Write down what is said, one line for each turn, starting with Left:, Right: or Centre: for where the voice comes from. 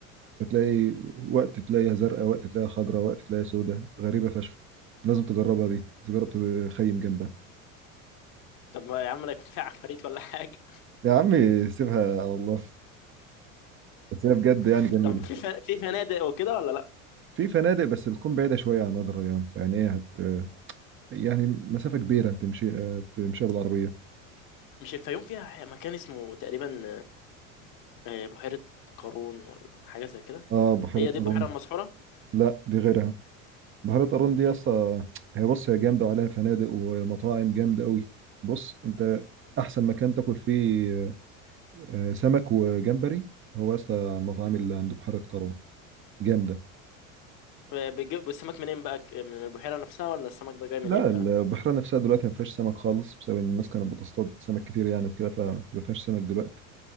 Right: فتلاقي وقت تلاقيها زرقاء وقت تلاقيها خضراء وقت تلاقيها سوداء غريبه فشخ لازم تجربها دي تجرب تخيم جنبها
Left: طب ما يا عم لا يكون فيها عفاريت ولا حاجه
Right: يا عمي سيبها على الله بس هي بجد يعني
Left: <laughs>
Right: جميله
Left: طب في ف... في فنادق وكده ولا لا
Right: في فنادق بس بتكون بعيده شويه عن وادي الريان فيعني ايه هت يعني مسافة كبيرة تمشي آه، تمشيها بالعربية
Left: مش الفيوم فيها ح- مكان اسمه تقريبا آه، بحيره قارون ولا حاجه زي كده
Right: اه بحيرة
Left: هي
Right: قارون
Left: دي البحيره المسحوره
Right: لا دي غيرها بحيرة قارون دي اصلا هي بص هي جامدة وعليها فنادق ومطاعم جامدة قوي بص انت احسن مكان تاكل فيه آه، سمك وجمبري هو اصلا على المطاعم اللي عند بحيرة قارون جامدة
Left: آه، بيجيب السمك منين بقى ك- من البحيره نفسها ولا السمك ده جاي منين
Right: لا البحيرة
Left: بقى
Right: نفسها دلوقتي ما فيهاش سمك خالص بسبب ان الناس كانت بتصطاد سمك كتير يعني وكده فما فيهاش سمك دلوقتي